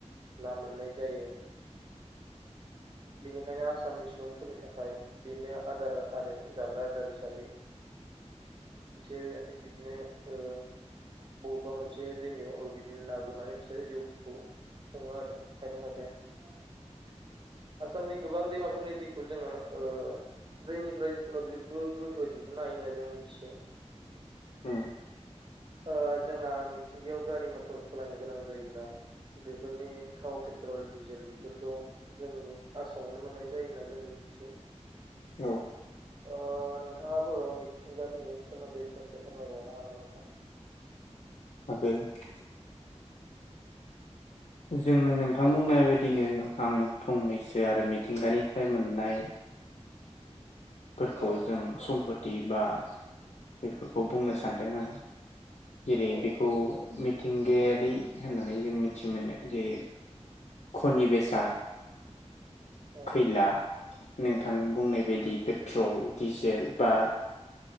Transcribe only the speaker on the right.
ना मोननाय जायो। बेनिखायनो आसामनि सुबुंफोरनि थाखाय बेनो आदार आरो जाग्रा आदार हिसाबै बिसोरो बिदिनो ओ बबेबा मोनसे दैमायाव ओ बिदिनो ना गुरनानै बिसोरो जिउखौ खङो आरो खायफा खायफाया <unintelligible> आसामनि गोबां दैमाफोरनि दैखौ जोङो ओ दैनि मफ्राय मोब्लिबबो गोहो दिहुननो हायो होन्ना जों मिथियो
ओ जोंहा मिथिंगायाव गारि मथर सालायनो गोनां जायोब्ला बेफोरनि थाव पेट्रल डिजेल बेफोरखौ जोंनि आसामावनो मोननाय जायो होन्ना जोङो मिथियो
ओ नोंथाङाबो मिथिंगानि सोमोन्दै ससे फोरमायबावनो हागोन नोंथां
औ
औ
औ